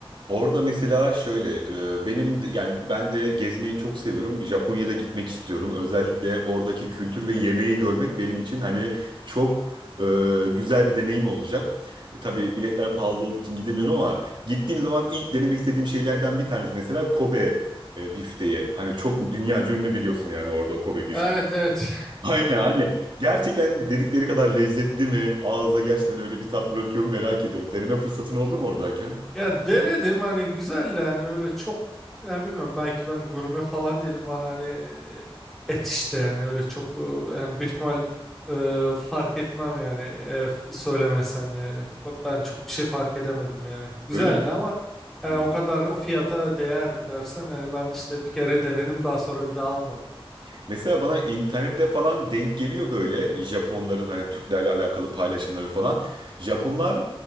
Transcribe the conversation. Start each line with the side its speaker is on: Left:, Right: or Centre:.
Right: Orada mesela şöyle e, benim de- yani ben de gezmeyi çok seviyorum. Japonya'da gitmek istiyorum. Özellikle oradaki kültür ve yemeği görmek benim için hani çok e, güzel bir deneyim olacak. E, tabii biletler pahalı olduğu için gidemiyorum ama gittiğim zaman ilk denemek istediğim şeylerden bir tanesi mesela Kobe e, bifteyi. Hani çok dünyaca ünlü biliyorsun yani orada o Kobe bifteği
Centre: Evet evet. <laughs>
Right: Aynen hani gerçekten dedikleri kadar lezzetli mi? Ağızda gerçekten öyle bir tat bırakıyor mu merak ediyorum. Deneme fırsatın oldu mu oradayken?
Centre: Ya denedim hani güzeldi hani öyle çok ya bilmiyorum belki ben gurme falan değilim bana hani e, et işte yani öyle çok e, yani büyük ihtimal e, fark etmem yani e, f- söylemesen yani B- ben çok bir şey fark edemedim yani güzeldi
Right: Öyle
Centre: ama
Right: mi?
Centre: yani
Right: Hı.
Centre: o kadar o fiyata değer mi dersen hani ben işte bir kere denedim daha sonra bir daha almadım.
Right: Mesela bana internette falan denk geliyor böyle Japonların hani Türklerle alakalı paylaşımları falan. Japonlar